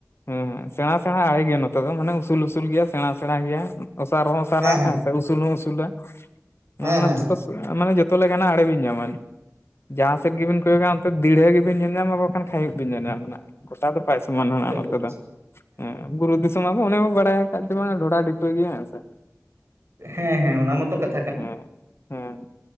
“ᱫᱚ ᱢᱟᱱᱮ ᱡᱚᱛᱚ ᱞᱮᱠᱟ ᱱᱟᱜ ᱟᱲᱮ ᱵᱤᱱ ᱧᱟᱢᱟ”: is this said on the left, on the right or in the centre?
Left